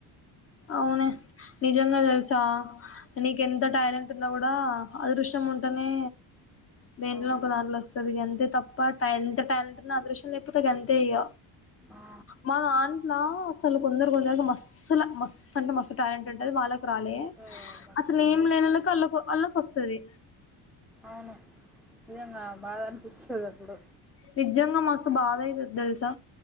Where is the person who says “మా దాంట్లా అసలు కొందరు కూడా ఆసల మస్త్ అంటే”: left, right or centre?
Left